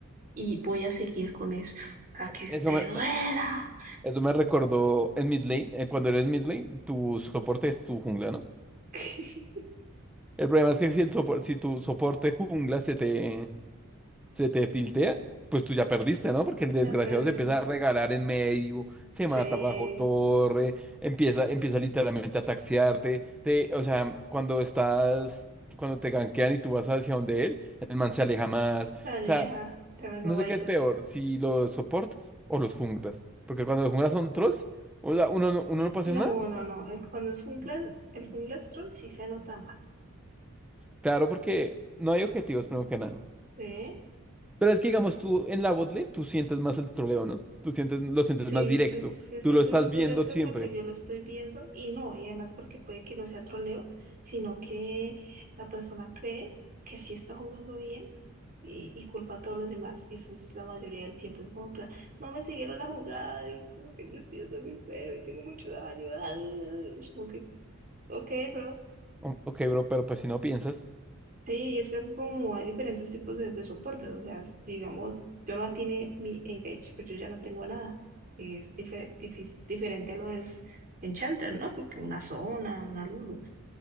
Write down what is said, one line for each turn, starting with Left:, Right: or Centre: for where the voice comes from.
Right: Y voy a seguir con eso. A que
Centre: Eso
Right: te
Centre: me,
Right: duela.
Centre: eso me recordó en mid lane, eh, cuando eres mid lane, tu soporte es tu jungla, ¿no?
Right: <laughs>
Centre: El problema es que si el sopo- si tu soporte jungla se te se te tiltea, pues tú ya perdiste, ¿no? Porque el desgraciado
Right: La perdí.
Centre: se empieza a regalar en medio, se
Right: Sí,
Centre: mata bajo torre, empieza, empieza literalmente a taxiarte, te, o sea, cuando estás, cuando te gankean y tú vas hacia donde él, el man se aleja más, o
Right: la aleja.
Centre: sea,
Right: Tremendo
Centre: no
Right: biter.
Centre: sé qué es peor, si los soportas o los junglas, porque cuando los junglas son trolls, o sea, uno, no- uno no pasa
Right: No,
Centre: nada,
Right: no, no. el- cuando es un jungla, el jungla troll sí se nota más.
Centre: claro, porque no hay objetivos, primero que nada.
Right: ¿Sí?
Centre: Pero es que, digamos, tú en la botlane, tú sientes más el troleo, ¿no? Tú sientes, lo sientes
Right: Sí,
Centre: más directo.
Right: se, se siente
Centre: Tú lo estás
Right: más
Centre: viendo
Right: directo
Centre: siempre.
Right: porque yo lo estoy viendo y no, y además porque puede que no sea troleo, sino que la persona cree que sí está jugando bien y, y culpa a todos los demás. Y eso es la mayoría del tiempo. Es como, en plan, no me siguieron la jugada, y es como que es que yo soy muy feo y tengo mucho daño. <laughs> ah", Es como que, ok, bro.
Centre: O- ok, bro, pero pues si no piensas,
Right: Sí, y es que como hay diferentes tipos de, de soportes, o sea, s- digamos, yo no tiene mi Engage, pues yo ya no tengo nada. es dife- difis- diferente a lo de s- Enchanter, ¿no? Porque una zona, una Lulu,